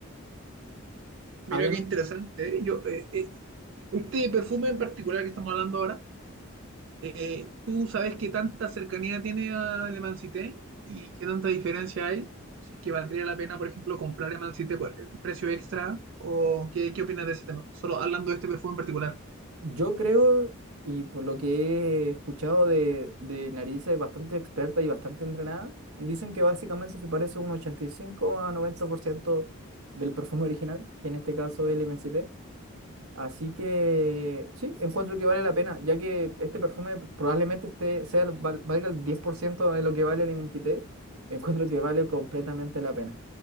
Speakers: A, on the right; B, on the right.
A: Mira
B: Además,
A: qué interesante. ¿eh? Yo, eh, eh, Este perfume en particular que estamos hablando ahora, eh, ¿tú sabes qué tanta cercanía tiene a Le Man Cité y qué tanta diferencia hay? Si es que valdría la pena, por ejemplo, comprar Le Man Cité por el precio extra o qué, qué opinas de ese tema, solo hablando de este perfume en particular.
B: yo creo, y por lo que he escuchado de, de narices bastante experta y bastante entrenada, dicen que básicamente se parece un 85 a 90% del perfume original, que en este caso es el m MST. Así que sí, encuentro que vale la pena, ya que este perfume probablemente esté, sea, el val- valga el 10% de lo que vale el MCT, encuentro que vale completamente la pena.